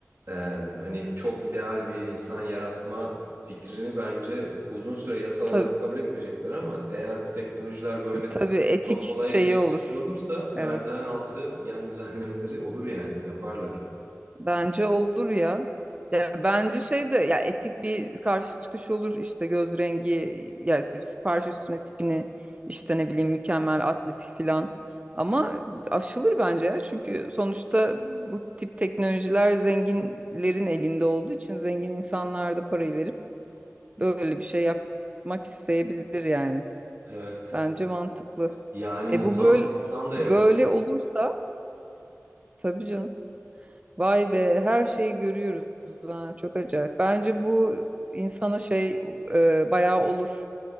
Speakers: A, on the right (about 60°); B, on the right (about 25°).
A: ee, hani çok ideal bir insan yaratma fikrini bence uzun süre yasal olarak
B: Tabii,
A: kabul etmeyecekler ama eğer bu teknolojiler böyle
B: tabii etik
A: çok kolay
B: şeyi
A: erişilebilir
B: olur.
A: olursa merdiven
B: Evet.
A: altı gen <laughs> düzenlemeleri olur yani yaparlar.
B: Bence olur ya. Ya bence şey de ya etik bir karşı çıkış olur işte göz rengi ya sipariş üstüne tipini işte ne bileyim mükemmel atletik filan. Ama aşılır bence ya çünkü sonuçta bu tip teknolojiler zenginlerin elinde olduğu için zengin insanlar da parayı verip böyle bir şey yapmak isteyebilir yani.
A: Evet.
B: Bence mantıklı.
A: Yani mutant
B: E bu böyle
A: insan da yaratır.
B: böyle olursa tabii canım. Vay be her şeyi görüyoruz ha, çok acayip. Bence bu insana şey e, bayağı olur.